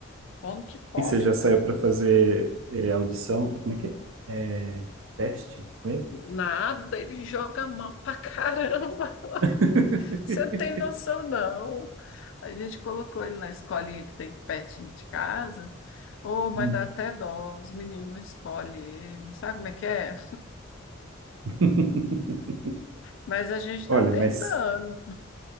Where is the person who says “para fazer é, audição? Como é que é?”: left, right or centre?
Right